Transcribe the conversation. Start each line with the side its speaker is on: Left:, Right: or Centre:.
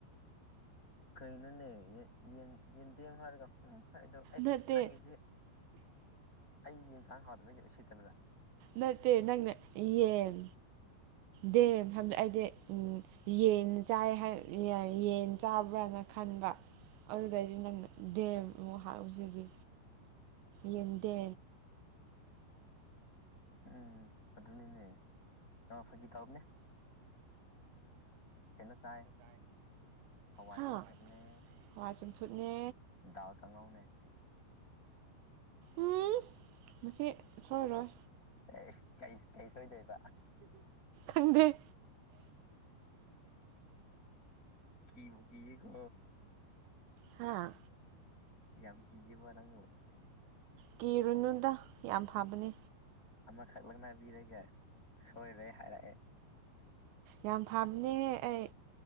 Left: ꯀꯩꯅꯩꯅꯅꯦ ꯌꯦꯟꯗꯦꯝ ꯍꯥꯏꯔꯒ ꯍꯥꯏꯗꯣ ꯑꯩ
Right: ꯅꯠꯇꯦ
Left: ꯅꯪꯒꯤꯁꯤ ꯑꯩ ꯌꯦꯟꯁꯥꯡ ꯍꯥꯎꯗꯕꯒꯤ ꯑꯣꯏꯁꯤꯠꯇꯕ꯭ꯔꯥ
Right: ꯅꯠꯇꯦ ꯅꯪ ꯌꯦꯟ ꯗꯦ ꯍꯥꯏꯕꯗꯤ ꯑꯩꯗꯤ ꯌꯦꯟ ꯆꯥꯏ ꯌꯦꯟ ꯆꯥꯕ꯭ꯔꯥꯅ ꯈꯟꯕ ꯑꯗꯨꯗꯩꯗꯤ ꯅꯪ ꯗꯦꯝ ꯑꯃꯨꯛ ꯍꯥꯔꯁꯤꯗꯤ ꯌꯦꯗꯦ
Left: ꯎꯝ ꯑꯗꯨꯅꯤꯅꯦ ꯉ ꯐꯒꯤ ꯇꯥꯅꯦ ꯐꯅ ꯆꯥꯏ ꯍꯋꯥꯏ
Right: ꯍꯥ
Left: ꯆꯝꯐꯨꯠꯅꯦ
Right: ꯍꯋꯥꯏ ꯆꯝꯐꯨꯠꯅꯦ
Left: ꯗꯥꯜ ꯀꯥꯡꯉꯧꯅꯦ
Right: ꯎꯝ ꯃꯁꯤꯁ ꯁꯣꯏꯔꯣꯏ
Left: ꯑꯦ ꯀꯩꯁ ꯀꯩꯁ ꯍꯣꯏꯗꯕ
Right: ꯈꯪꯗꯦ
Left: ꯀꯕꯨꯀꯤ ꯌꯦꯀꯣ
Right: ꯍꯥꯥ
Left: ꯌꯥꯝ ꯀꯤꯕ ꯅꯉꯣ
Right: ꯀꯤꯔꯨꯅꯨꯗ ꯌꯥꯝ ꯐꯕꯅꯦ
Left: ꯑꯃꯈꯛ ꯂꯧꯪꯅꯕꯤꯔꯒ ꯁꯣꯏꯔꯦ ꯍꯥꯏꯔꯛꯑꯦ
Right: ꯌꯥꯝ ꯐꯝꯅꯤꯍꯦ ꯑꯩ